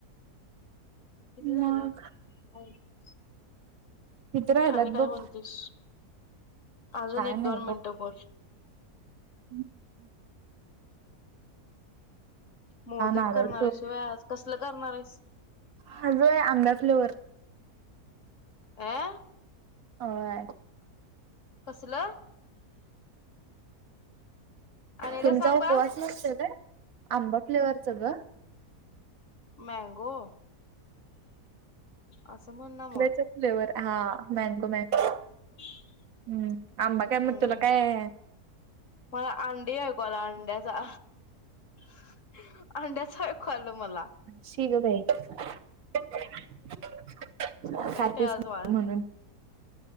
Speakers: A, on the left; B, on the right.
A: किती
B: मग
A: झालं <inaudible>
B: तिथं राहिलात
A: आणि काय
B: बघ
A: म्हणतेस अजून
B: काय
A: एक
B: नाही
A: दोन
B: बघ
A: मिनटं बोल
B: <inaudible>
A: मोदक
B: नारळ
A: करणाऱ्याशिवाय आज कसलं करणारयस
B: हा जोय आंबा फ्लेवर
A: आ
B: <unintelligible>
A: कसलं <inaudible> एकदा
B: तुमचा
A: सांग बाळ
B: उपवास नसतय आंबा फ्लेवरच ग
A: मँगो असं म्हण ना
B: आंब्याचा
A: मग
B: फ्लेवर हा मॅंगो <inaudible>
A: <inaudible>
B: हम्म
A: हम्म
B: मग तुला काय
A: मला अंडी ऐकू आल अंड्या जा <inaudible> अंड्याच आलं मला
B: छी ग बाई <unintelligible>
A: संकष्टय
B: खातेच
A: आज
B: नाही
A: <unintelligible>
B: म्हणून